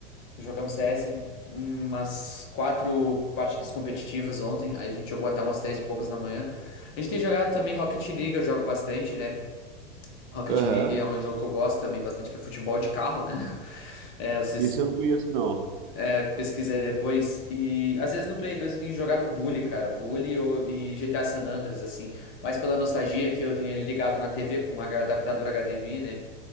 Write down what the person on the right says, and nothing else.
Aham.
Esse eu não conheço, não.